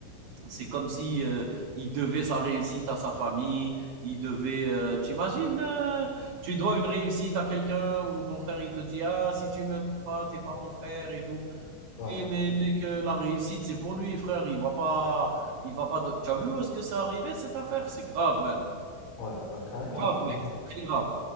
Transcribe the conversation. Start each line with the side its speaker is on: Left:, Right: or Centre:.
Right: C'est comme si euh, il devait sa réussite à sa famille, il devait. euh, tu imagines, euh, tu dois une réussite à quelqu'un ou ton frère il te dit ah si tu m'aimes pas t'es pas mon frère et tout.
Left: ouais,
Right: Et mais mec, euh, la réussite c'est pour lui frère, il va pas, il va pas. de- Tu as vu où est-ce que c'est arrivé cette affaire? C'est grave man,
Left: ouais, ouais, carrément,
Right: C'est grave
Left: carrément.
Right: mec, c'est très grave,